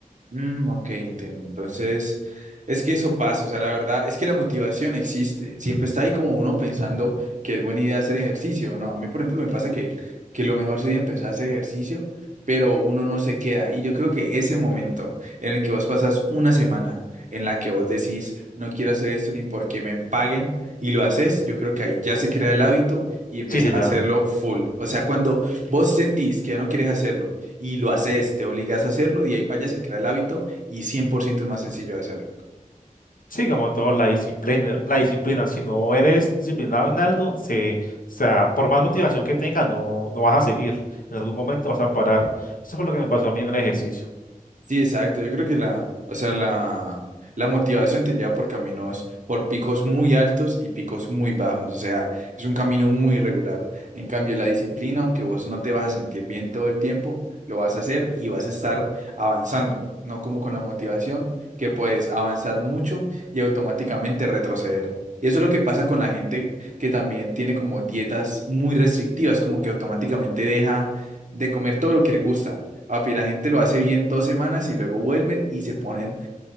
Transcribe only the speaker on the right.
Mm, ok, entiendo. Entonces, es que eso pasa, o sea, la verdad es que la motivación existe, siempre está ahí como uno pensando que es buena idea hacer ejercicio, ¿no? A mí, por ejemplo, me pasa que, que lo mejor sería empezar a hacer ejercicio, pero uno no se queda. Y yo creo que ese momento en el que vos pasas una semana en la que vos decís, no quiero hacer esto ni porque me paguen, y lo haces, yo creo que ahí ya se crea el hábito y empezás
a hacerlo full. O sea, cuando vos sentís que ya no quieres hacerlo, y lo haces, te obligas a hacerlo, de ahí para allá se crea el hábito y 100% es más sencillo de hacerlo.
Sí, exacto. Yo creo que la, o sea, la, la motivación te lleva por caminos, por picos muy altos y picos muy bajos. O sea, es un camino muy irregular. En cambio, la disciplina, aunque vos no te vas a sentir bien todo el tiempo, lo vas a hacer y vas a estar avanzando. No como con la motivación, que puedes avanzar mucho y automáticamente retroceder. Y eso es lo que pasa con la gente que también tiene como dietas muy restrictivas, como que automáticamente deja de comer todo lo que le gusta Papi, la gente lo hace bien dos semanas y luego vuelven y se ponen,